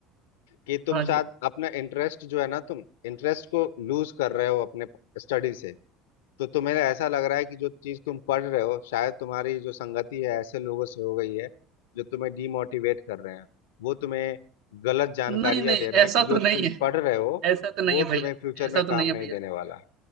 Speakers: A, on the left (about 70°); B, on the right (about 55°).
A: कि तुम
B: हाँ
A: शायद
B: जी
A: अपना इंटरेस्ट जो है ना तुम इंटरेस्ट को लूज कर रहे हो अपने स्टडी से तो तुम्हें ऐसा लग रहा है कि जो चीज तुम पढ़ रहे हो शायद तुम्हारी जो संगति है ऐसे लोगों से हो गई है जो तुम्हें डीमोटिवेट कर रहे हैं वो तुम्हें गलत जानकारियां
B: नहीं नहीं
A: दे रहे हैं
B: ऐसा
A: कि जो
B: तो
A: तुम
B: नहीं है
A: पढ़ रहे हो
B: ऐसा तो नहीं
A: वो
B: है
A: तुम्हें
B: भैया
A: फ्यूचर
B: ऐसा
A: में
B: तो
A: काम
B: नहीं है
A: नहीं
B: भैया
A: देने वाला